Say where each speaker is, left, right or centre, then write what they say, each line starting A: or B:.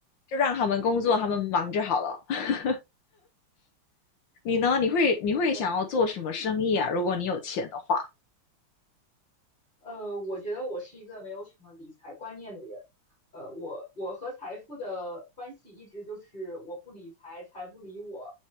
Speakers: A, on the left; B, on the left.
A: 就让他们工作，他们忙就好了。<laughs> 你呢？你会你会想要做什么生意啊？
B: <laughs> 是的。
A: 如果你有钱的话，
B: 呃，我觉得我是一个没有什么理财观念的人。呃，我我和财富的关系一直就是我不理财，财不理我。